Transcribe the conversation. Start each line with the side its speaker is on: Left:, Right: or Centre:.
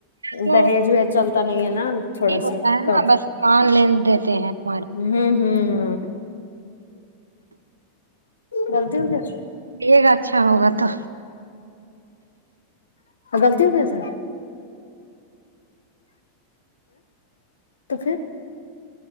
Right: تو
Left: دہیج ویج چلتا نہیں ہے نا
Right: نہیں
Left: تھوڑا
Right: ہوتا
Left: سا
Right: ہے نا
Left: کم
Right: بس لین دیتے ہیں ہمارے
Left: ہوں ہوں غلطی ہوگیا
Right: پیگا اچھا ہوگا تو
Left: غلطی ہو گئی سر تو پھر